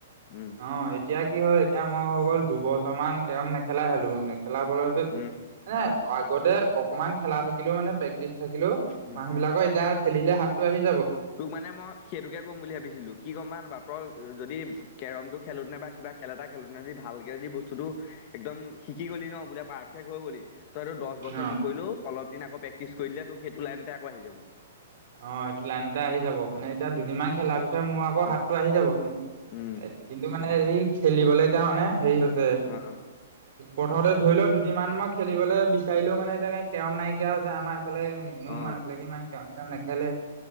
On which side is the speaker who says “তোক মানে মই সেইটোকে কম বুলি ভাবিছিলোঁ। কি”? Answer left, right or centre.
Left